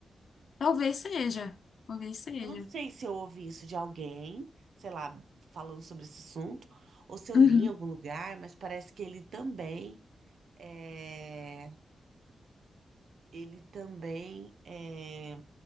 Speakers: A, on the left; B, on the right.
A: Talvez seja. Talvez seja.
B: Eu não sei se eu ouvi isso de alguém, sei lá, falando sobre esse assunto, ou se eu
A: Uhum.
B: li em algum lugar, mas parece que ele também é, ele também é,